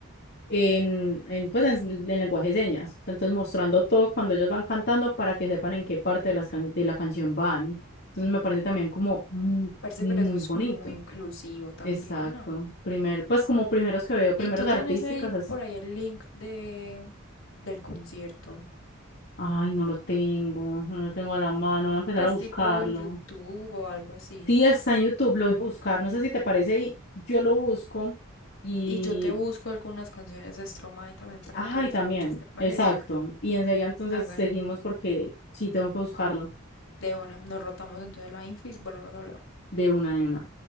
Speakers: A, on the left (about 50°); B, on the left (about 70°).
A: en, en pues en, en lenguaje de señas, O sea, entonces mostrando todo cuando ellos van cantando para que sepan en qué parte de, las can- de la canción van. Entonces me parece también como muy,
B: Parece,
A: muy
B: pero eso es
A: bonito.
B: como muy inclusivo también,
A: Exacto.
B: ¿no?
A: Primer, pues como primeros que veo, primeros
B: Y tú
A: artísticas,
B: tenés ahí
A: así.
B: por ahí el link de del concierto,
A: Ay, no lo tengo, no lo tengo a la mano, voy a empezar
B: pues
A: a buscarlo.
B: tipo en YouTube o algo así.
A: Sí, está en YouTube, lo voy a buscar, no sé si te parece, y yo lo busco y,
B: Y yo te busco algunas canciones de Stromae también para
A: ay,
B: que lo escuches,
A: también,
B: ¿te parece?
A: exacto. Y enseguida entonces
B: Hágale,
A: seguimos porque sí tengo que buscarlo
B: de una. Nos rotamos entonces la info y volvemos a hablar.
A: de una de una.